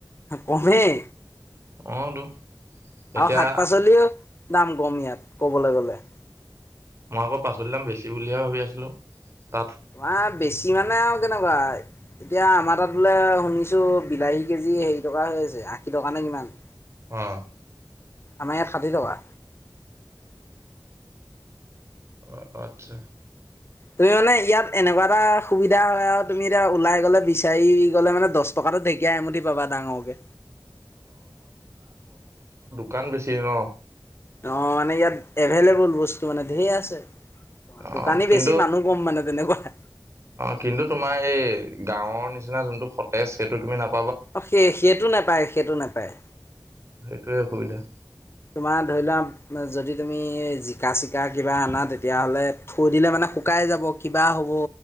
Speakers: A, on the left; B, on the right.
A: কমেই,
B: অ' তো এতিয়া
A: আৰু শাক পাচলিও দাম কম ইয়াত, ক'বলৈ গ'লে।
B: মই আকৌ পাচলি দাম বেছি বুলিহে ভাবি আছিলো, তাত।
A: তোমাৰ বেছি মানে আৰু কেনেকুৱা, এতিয়া আমাৰ তাত বোলে শুনিছোঁ, বিলাহী কেজি হেৰি টকা হৈ আছে, আশী টকা নে কিমান।
B: অ'
A: আমাৰ ইয়াত ষাঠি টকা।
B: অ, আচ্ছা।
A: তুমি মানে ইয়াত এনেকুৱা এটা সুবিধা হয় আৰু তুমি এতিয়া ওলাই গ'লে বিচাৰি গ'লে মানে, দছ টকাটো ঢেঁকীয়া এমুঠি পাবা ডাঙৰকে।
B: কান বেছি ন?
A: অ', মানে ইয়াত এভেইলেবোল বস্তু, মানে ঢেৰ আছে।
B: অ',
A: দোকানী
B: কিন্তু,
A: বেছি মানুহ কম মানে তেনেকুৱা।
B: কিন্তু কিন্তু তোমাৰ এই গাঁৱৰ নিচিনা জোনটো সতেজ, সেইটো তুমি নাপ
A: অ', সেই, সেইটো নাপায়, সেইটো নাপায়।
B: টোৱেই অসুবিধা।
A: তোমাৰ ধৰি লোৱা, যদি তুমি জিকা-চিকা কিবা আনা, তেতিয়াহ'লে থৈ দিলে মানে শুকাই যাব, কিবা হ'ব